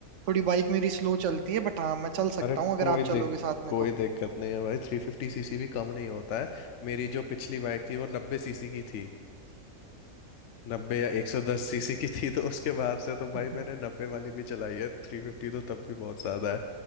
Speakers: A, on the right; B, on the left.
A: थोड़ी बाइक मेरी स्लो चलती है बट हाँ मैं चल सकता
B: अरे
A: हूँ अगर
B: कोई
A: आप
B: हाँ
A: चलोगे
B: दिक मतलब
A: साथ में
B: कोई
A: तो
B: दिक्कत नहीं है भाई थ्री फिफ्टी सीसी भी कम नहीं होता है मेरी जो पिछली बाइक थी वो नब्बे सीसी की थी नब्बे या एक सौ दस सीसी की थी तो उसके बाद से तो भाई
A: अच्छा
B: मैंने नब्बे वाली भी चलाई है थ्री फिफ्टी तो तब भी बहुत ज्यादा है